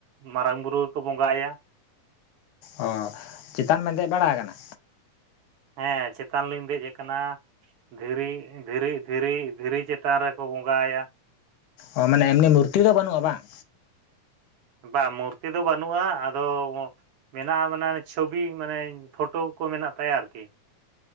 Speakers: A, on the right; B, on the left.
A: ᱢᱟᱨᱟᱝ ᱵᱩᱨᱩ ᱜᱮ ᱠᱚ ᱵᱚᱸᱜᱟᱦᱟᱭᱟ ᱾
B: ᱚ ᱪᱮᱛᱟᱱ ᱵᱮᱱ ᱫᱮᱡ ᱵᱟᱲᱟ ᱟᱠᱟᱱᱟ
A: ᱦᱮᱸ ᱪᱮᱛᱟᱱ ᱞᱤᱧ ᱫᱮᱡ ᱟᱠᱟᱱᱟ ᱾ ᱫᱷᱤᱨᱤ ᱫᱷᱤᱨᱤ ᱫᱷᱤᱨᱤ ᱫᱷᱤᱨᱤ ᱪᱮᱛᱟᱱ ᱨᱮᱠᱚ ᱵᱚᱸᱜᱟᱭᱟ ᱾
B: ᱚ ᱢᱟᱱᱮ ᱮᱢᱱᱤ ᱢᱩᱨᱛᱤ ᱫᱚ ᱵᱟᱹᱱᱩᱜᱼᱟ ᱵᱟᱝ
A: ᱵᱟᱝ ᱢᱩᱨᱛᱤ ᱫᱚ ᱵᱟᱹᱱᱩᱜᱼᱟ ᱟᱫᱚ ᱢᱮᱱᱟᱜᱼᱟ ᱢᱟᱱᱮ ᱪᱷᱚᱵᱤ ᱢᱟᱱᱮ ᱯᱷᱳᱴᱳ ᱠᱚ ᱢᱮᱱᱟᱜ ᱛᱟᱭᱟ ᱟᱨᱠᱤ